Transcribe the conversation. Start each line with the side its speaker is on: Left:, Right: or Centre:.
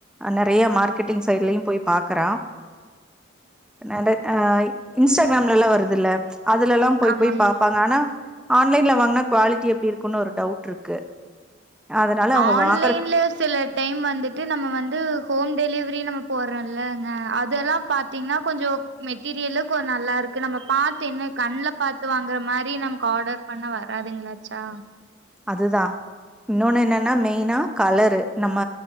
Centre: நெறய மார்க்கெட்டிங் சைட்லயு போய் பாக்குறா நஹ் இன்ஸ்டாகிராம்ல்லலா வருது இல்ல அதுல்லா போய்
Right: ஆமாங்
Centre: போய் பா இருப்பாங்க ஆனா ஆன்லைன்ல வாங்குனா குவாலிட்டி எப்டி இருக்குன்னு ஒரு டவுட் இருக்கு அதனால அவங்க
Right: ஆன்லைன்ல
Centre: வாங்குற
Right: சில டைம் வந்துட்டு நம்ம வந்து ஹோம் டெலிவரி நம்ம போடுறோம்லங்க அதெல்லா பாத்தீங்கன்னா கொஞ்ச மெட்டீரியலு கொஞ்ச நல்லா இருக்கு நம்ம பாத்து என்ன கண்ணல பாத்து வாங்குற மாரி நமக்கு ஆர்டர் பண்ண வராதுங்களாச்சா
Centre: அதுதா இன்னொன்னு என்னன்னா மெயினா கலரு நம்ம